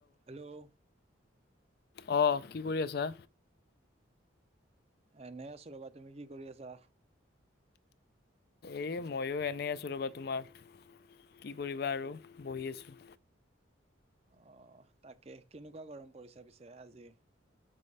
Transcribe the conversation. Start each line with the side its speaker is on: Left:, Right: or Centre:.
Right: Hello
Left: অ কি কৰি আছা?
Right: এ এনেই আছো ৰ'বা তুমি কি কৰি আছা?
Left: এ মইও এনেই আছো ৰবা তোমাৰ কি কৰিবা আৰু বহি আছোঁ।
Right: অ তাকে কেনেকুৱা গৰম পৰিছে পিছে আজি?